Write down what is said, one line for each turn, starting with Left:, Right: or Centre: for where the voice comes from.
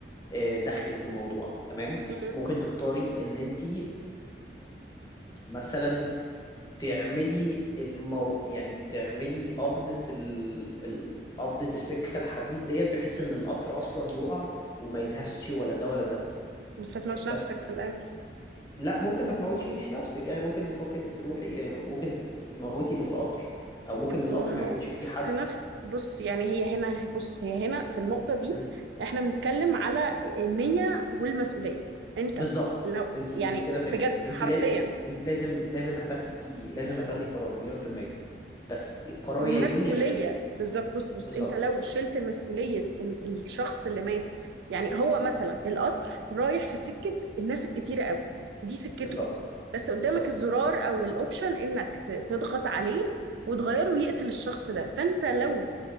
Left: آه، دخل في الموضوع تمام
Right: مهم.
Left: ممكن تختاري ان انت مثلا تعملي المو... يعني تعملي قبضة ال... ال... قبضة السكة الحديد ديت بحيث ان القطر اصلا يقع وما يدهسش ولا ده ولا ده
Right: بس هتموت
Left: بس
Right: نفسك في الآخر
Left: لا ممكن ما تموتيش نفسك يعني ممكن ممكن تروحي يعني ممكن ت- ت- تموتي اللي في القطر او ممكن القطر
Right: ما
Left: ما
Right: هو
Left: يكونش فيه
Right: في
Left: حد
Right: نفس بص يعني هي هنا بص هي هنا في النقطة دي
Left: م.
Right: احنا بنتكلم على النية والمسؤولية انت
Left: بالظبط
Right: لو
Left: انت
Right: يعني
Left: انت كده
Right: بجد
Left: فهمتيني انت
Right: حرفيا
Left: لا... انت لازم لازم هتاخدي لازم هتاخدي قرار مليون في المية بس قرار
Right: ومسؤولية
Left: يا يمين يا شمال
Right: بالظبط بص بص
Left: بالظبط
Right: انت لو شلت مسؤولية ان الشخص اللي مات يعني هو مثلا
Left: م.
Right: القطر رايح في سكة الناس الكتيرة قوي دي سكته
Left: بالظبط
Right: بس قدامك
Left: بالظبط
Right: الزرار او الاوبشن انك ت- تضغط عليه وتغيره يقتل الشخص ده فانت لو